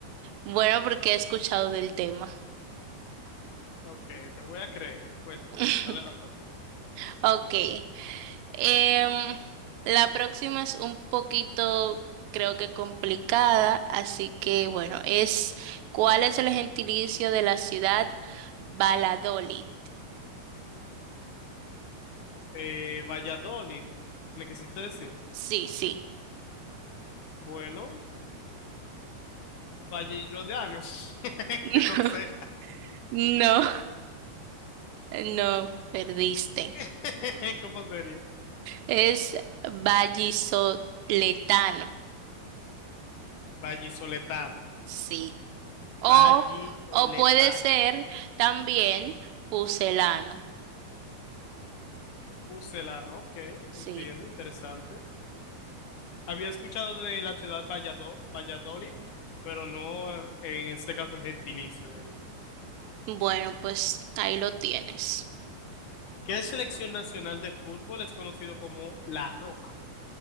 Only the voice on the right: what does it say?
Bueno, porque he escuchado del tema.
<laughs>
Ok. Em, la próxima es un poquito, creo que complicada, así que bueno, es ¿cuál es el gentilicio de la ciudad Valladolid?
Sí, sí.
<laughs>
No. No, perdiste.
Es vallisoletano,
sí. O,
o puede ser
también pucelano,
sí.
Ujú. Bueno, pues ahí lo tienes.